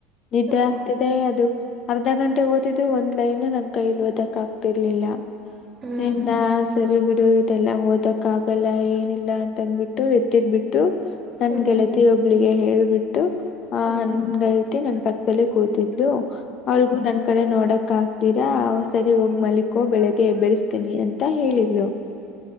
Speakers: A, on the left (about 50°); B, on the right (about 30°).
A: ನಿದ್ದೆ
B: ಹ್ಮ್ ಹ್ಮ್
A: ಆಗ್ತಿದೆ ಅದು ಅರ್ಧ ಗಂಟೆ ಓದಿದ್ರು ಒಂದ್ ಲೈನ್ ನನ್ ಕೈಯಲ್ಲಿ ಓದಕ್ ತರ್ಲಿಲ್ಲ
B: ಹ್ಮ್
A: ಇನ್ನ ಸರಿ ಬಿಡು ಇದೆಲ್ಲ ಓದಕ್ ಆಗಲ್ಲ ಏನಿಲ್ಲ ಅಂತಬಿಟ್ಟು ಎತ್ತಿದ್ಬಿಟ್ಟು. ನನ್
B: ಹ್ಮ್
A: ಗೆಳತಿ ಒಬ್ ಒಬ್ಳಿಗೆ ಹೇಳ್ಬಿಟ್ಟು ಆಹ
B: ಹ್ಮ್ ಹ್ಮ್
A: ನನ್ ಗಲ್ತಿ ನನ್ ಪಕ್ಕದದಲ್ಲಿ ಕೂತಿದ್ಲು ಅವಳಗೂ ನನ್ ಕಡೆ ನೋಡಕ್ ಆಗ್ದಿರ. ಸರಿ ಹೋಗ ಮಲಿಕೋ ಬೆಳಿಗ್ಗೆ ಎಬೆರೆಸ್ತೇನಿ ಅಂತ ಹೇಳಿದ್ಲು